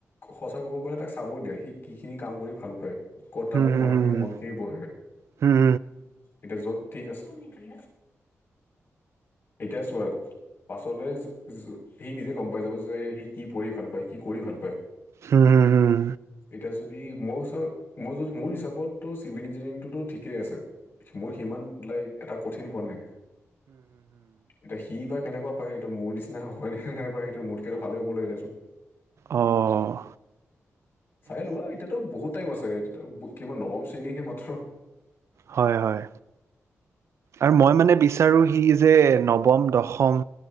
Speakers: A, on the left (about 45°); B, on the right (about 65°).
A: সঁচা ক'ব গ'লে তাক চাব দিয়ে সি কি খিনি কাম কৰি ভাল পায়। ক'ত
B: হুম
A: আমাৰ
B: হুম
A: পঢ়াখিনি
B: হুম।
A: মন খিনি বহে
B: অ' এনে
A: এতিয়া য'ত ঠিক আছে। নেকি এতিয়া চোৱা। পাছতে সি নিজে গম পাই যাব যে সি কি পঢ় ভাল পায় কি কৰি ভাল পায়।
B: হম হু হম।
A: এতিয়া যদি মই হিচ মই য মোৰ হিচাপত ত চিভিল ইঞ্জিনিয়াৰিংটোতো ঠিকেই আছে। মোৰ সিমান লাইক এটা কঠিন পোৱা নাই। এটায়া সি বা কেনেকুৱা পায় এইটো মোৰ নিচিনা হয় নাই নাই পাই সেইটো মুঠকেইটো ভালে হ'ব লাগে দেচোন।
B: অ'।
A: চাই লোৱা এতিয়াতো বহুত টাইম আছে এতি কিমান নৱম শ্ৰেণীহে মাত্ৰ
B: হয় হয়। আৰু মই মানে বিচাৰো সি যে নৱম দশম,